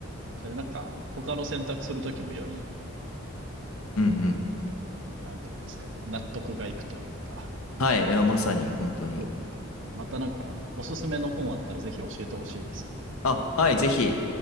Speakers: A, on the right; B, on the left.
A: それなんか、他の選択するときもより、
B: うんうん。
A: こう、なんていうんですかね、納得がいくというか、
B: はい、いや、まさに、本当に。
A: そう。またなんか、おすすめの本あったらぜひ教えてほしいですね。
B: あ、はい、ぜひ。